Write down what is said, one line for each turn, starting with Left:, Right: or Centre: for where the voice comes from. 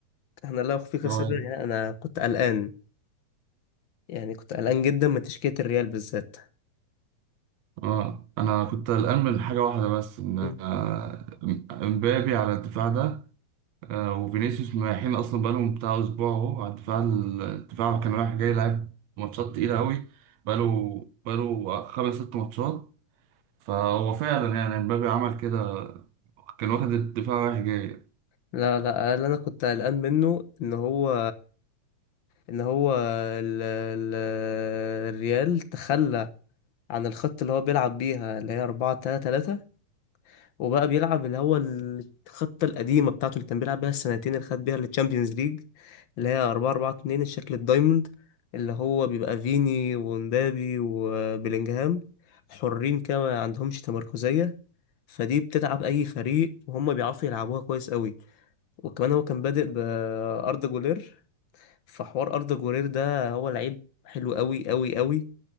Left: احنا لا أخفيك
Right: اه
Left: سرا
Right: يعني.
Left: يعني أنا كنت قلقان يعني كنت قلقان جدا من تشكيلة الريال بالذات
Right: اه انا كنت قلقان من حاجه واحده بس ان
Left: مم.
Right: آه، امبابي على الدفاع ده آه، وفينيسيوس مريحين اصلا بقالهم بتاع اسبوع اهو على الدفاع الدفاع كان رايح جاي لعب ماتشات تقيله قوي بقاله بقاله خمس ست ماتشات فهو فعلا يعني امبابي عمل كده كان واخد الدفاع رايح جاي
Left: لا لا اللي أنا كنت قلقان منه إن هو إن هو ال... ال... الريال تخلى عن الخط اللي هو بيلعب بيها اللي هي 4 3 3 وبقى بيلعب اللي هو الخطة القديمة بتاعته اللي كان بيلعب بيها السنتين اللي خد بيها التشامبيونز ليج اللي هي 4 4 2 الشكل الدايموند اللي هو بيبقى فيني ومبابي وبيلينجهام حرين كده ما عندهمش تمركزية فدي بتتعب أي فريق وهم بيعرفوا يلعبوها كويس قوي وكمان هو كان بادئ بأردا جولير فحوار أردا جولير ده هو لعيب حلو قوي قوي قوي